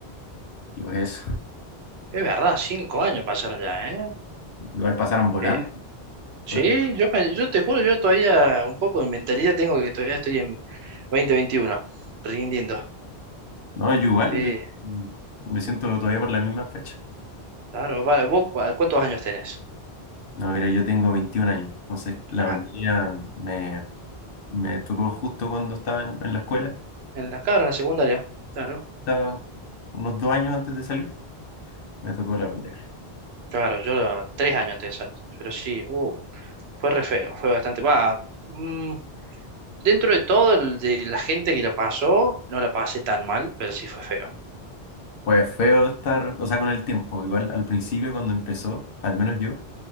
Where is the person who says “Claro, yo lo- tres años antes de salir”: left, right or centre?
Right